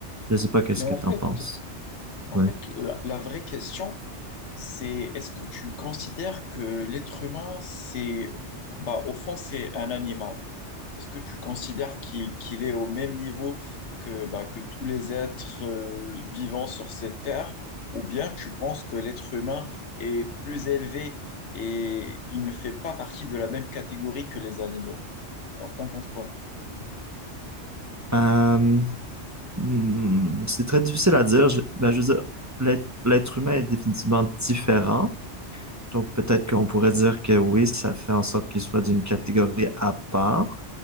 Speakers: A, on the right; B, on the left.
A: Je sais pas qu'est-ce
B: Mais
A: que
B: en
A: t'en
B: fait,
A: penses.
B: en
A: Ouais.
B: fait la, la vraie question, C'est, est-ce que tu considères que l'être humain, c'est, bah, au fond, c'est un animal. Est-ce que tu considères qu'il qu'il est au même niveau que, bah, que tous les êtres euh, vivants sur cette terre, ou bien tu penses que l'être humain est plus élevé et il ne fait pas partie de la même catégorie que les animaux? Alors, t'en penses quoi?
A: Euh, Hmm, c'est très difficile à dire. Je, ben, je veux dire, l'être l'être humain est définitivement différent. Donc, peut-être qu'on pourrait dire que oui, ça fait en sorte qu'il soit d'une catégorie à part.